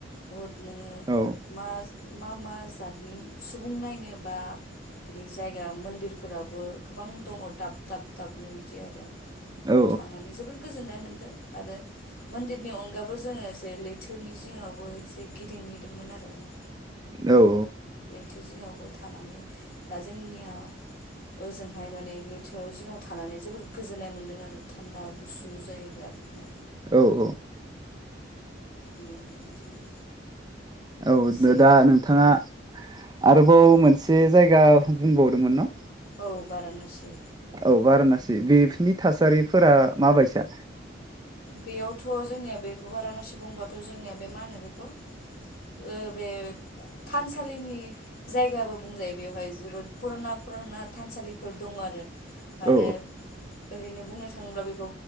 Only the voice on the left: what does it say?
बहुत नोङो
मा मा मा जादनि सुबुं नायनो बा बिदि जायगा मन्दिरफोराबो गोबां दङ दाब दाब दाबनो बिदि आरो
थांनानै जोबोद गोजोननाय मोन आरो मन्दिरनि अनगाबो जोङो एसे लैथोनि जिङावबो एसे गिदिंहैदोंमोन आरो ना।
थो जिङाव बो थानानै दा जोंनियाव ओजोंहाय माने लैथोआव जिङाव थानानै जोबोद गोजोननाय मोन्दों आरो थान्दा गुसु जायो बिरादनो।
बेयावनो बिदिनो
एसे
औ
औ बारानासि
बेयावथ' जोंनिया बे बारानासि बुंबाथ' जोंनिया बे मा होनो बेखौ ओ बे थानसालिनि जायगाबो बुंजायो बेवहाय जोबोर फुराना फुराना थानसालिफोर दङो आरो आरो
ओरैनो बुंनो थांब्ला बेखौ